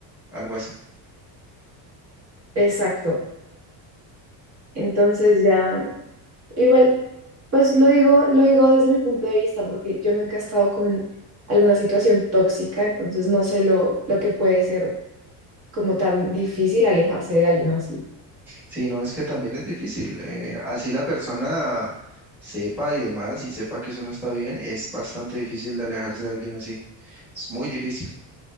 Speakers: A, in the centre; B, on the right.
A: algo así.
B: Exacto. Entonces ya, igual, pues lo digo, lo digo desde mi punto de vista, porque yo nunca he estado como en alguna situación tóxica, entonces no sé lo, lo que puede ser como tan difícil alejarse de alguien así.
A: Sí, no, es que también es difícil. eh, así la persona sepa y demás y sepa que eso no está bien, es bastante difícil de alejarse de alguien así. Es muy difícil.